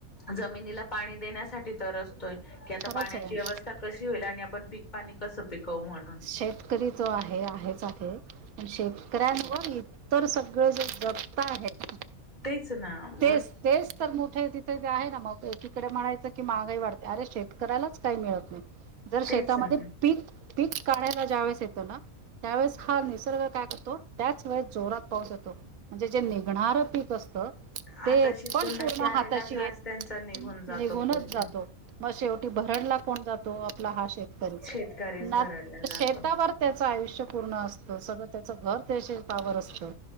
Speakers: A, on the left; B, on the right.
A: जमिनीला पाणी देण्यासाठी तरसतोय की आता
B: खरंच
A: पाण्याची
B: आहे.
A: व्यवस्था. कशी होईल आणि आपण पीक पाणी कसं पिकवु म्हणून.
B: शेतकरी जो आहे आहेच आहे. पण शेतकऱ्यांवर इतर सगळं जे जगत आहेत.
A: तेच ना
B: तेच
A: मग..
B: तेच तर मोठे तिथे आहे ना मग एकीकडे म्हणायचं की महागाई वाढते अरे शेतकऱ्यालाच काही मिळत नाही जर शेतामध्ये
A: तेच ना
B: पीक पीक काढायला ज्या वेळेस येत ना.. त्यावेळेस हा निसर्ग काय करतो? त्याच वेळेस जोरात पाऊस होतो. म्हणजे जे निघणारं पीक असतं.
A: हाताशी
B: ते पण
A: तोंडाशी
B: पूर्ण
A: आलेला
B: हाताशीेत
A: घास त्यांचा निघून जातो
B: निघूनच
A: पूर्ण.
B: जातो. मग शेवटी भरडला कोण जातो? आपला हा शेतकरी...
A: शेतकरीच
B: ना
A: भरडला जातो.
B: शेतावर त्याचं आयुष्य पूर्ण असतं सगळं त्याचं घर तेशीलपावर असतं.